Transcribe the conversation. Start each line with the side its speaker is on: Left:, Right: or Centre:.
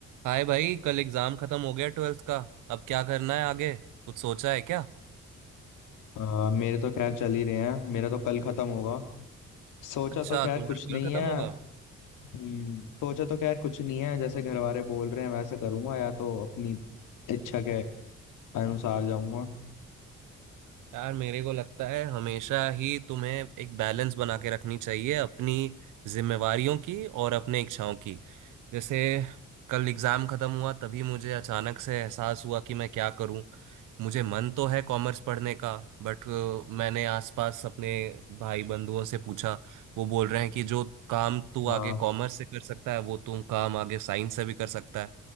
Right: हाय भाई कल एग्जाम खत्म हो गया ट्वेल्थ का अब क्या करना है आगे कुछ सोचा है क्या
Left: आ, मेरे तो खैर चल ही रहे हैं मेरा तो कल खत्म होगा सोचा
Right: अच्छा
Left: तो खैर
Right: तुम्हारा
Left: कुछ नहीं
Right: कल खत्म
Left: है
Right: होगा
Left: हम्म, सोचा तो खैर कुछ नहीं है जैसे घर वाले बोल रहे हैं वैसे करूंगा या तो अपनी इच्छा के अनुसार जाऊंगा
Right: यार मेरे को लगता है हमेशा ही तुम्हें एक बैलेंस बना के रखनी चाहिए अपनी जिम्मेवारियों की और अपने इच्छाओं की जैसे कल एग्ज़ाम ख़त्म हुआ तभी मुझे अचानक से एहसास हुआ कि मैं क्या करूं मुझे मन तो है कॉमर्स पढ़ने का बट मैंने आसपास अपने भाई बंधुओं से पूछा वो बोल रहे हैं कि जो काम तू
Left: हाँ
Right: आगे कॉमर्स से कर सकता है वो तू काम आगे साइंस से भी कर सकता है